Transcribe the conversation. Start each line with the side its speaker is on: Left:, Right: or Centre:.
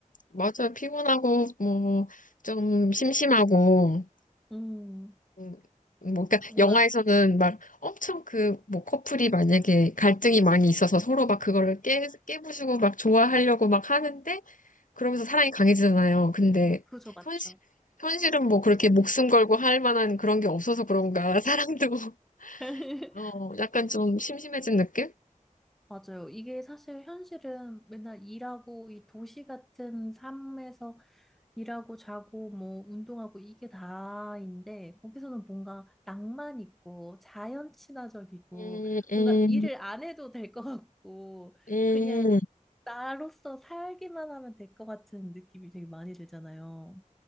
Left: 맞아요. 피곤하고, 뭐, 좀 심심하고,
Centre: 음,
Left: 음, 뭐, 그러니까
Centre: 뭔가,
Left: 영화에서는 막 엄청 그, 뭐, 커플이 만약에 갈등이 많이 있어서 서로 막 그거를 깨, 깨부수고 막 좋아하려고 막 하는데, 그러면서 사랑이 강해지잖아요. 근데,
Centre: 그죠, 맞죠.
Left: 현실, 현실은 뭐 그렇게 목숨 걸고 할 만한 그런 게 없어서 그런가, <laughs> 사랑도.
Centre: <laughs>
Left: 어, 약간 좀 심심해진 느낌?
Centre: 맞아요. 이게 사실 현실은 맨날 일하고 이 도시 같은 삶에서 일하고 자고 뭐 운동하고 이게 다인데 거기서는 뭔가 낭만 있고 자연 친화적이고
Left: 음, 음,
Centre: 뭔가 일을 안 해도 될 것 같고
Left: 음,
Centre: 그냥 나로서 살기만 하면 될 것 같은 느낌이 되게 많이 들잖아요.